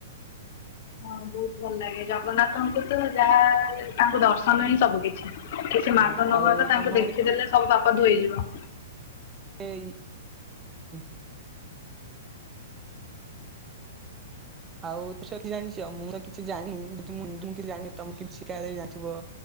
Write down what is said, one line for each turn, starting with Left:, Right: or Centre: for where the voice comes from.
Left: ହଁ ବହୁତ ଭଲ ଲାଗେ ଜଗନ୍ନାଥଙ୍କୁ ତ ଯାହା ତାଙ୍କ ଦର୍ଶନ ହିଁ ସବୁ କିଛି।। କିଛି
Right: ଅ
Left: ମାଗ ନ
Right: ଆଉ
Left: ମାଗ
Right: ତମ
Left: ତାଙ୍କୁ ଦେଖିଦେଲେ ସବୁ ବାପ ଧୋଇଯିବ।
Right: ହେଇ <unintelligible> ଆଉ ଯି ଜାଣିଛ ମୁଁ ତ କିଛି ଜାଣିନି ଯଦି ମୁଁ ତ କିଛି ଜାଣିି ତମେ କିଛି ଶା ଜାଥିବ?